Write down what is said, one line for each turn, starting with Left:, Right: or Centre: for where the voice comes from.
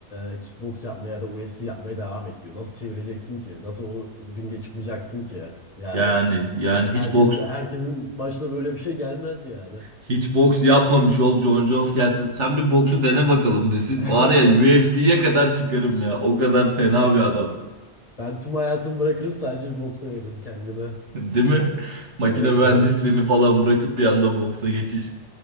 Left: e, kickbox yapmaya ya da UFC yapmaya devam et diyor nasıl çevireceksin ki nasıl o ringe çıkmayacaksın ki yani
Right: Yani yani hiç
Left: herkes
Right: boks
Left: Yani herkesin başına böyle bir şey gelmez yani
Right: Hiç boks yapmamış ol John Jones gelsin. Sen bir boksu dene bakalım desin.
Left: <laughs>
Right: Var ya UFC'ye kadar çıkarım ya. O kadar fena bir adam.
Left: ben tüm hayatımı bırakırım sadece bir boksa veririm kendime
Right: <laughs> Değil mi? Makine
Left: evet
Right: mühendisliğini
Left: evet
Right: falan bırakıp bir anda boksa geçiş.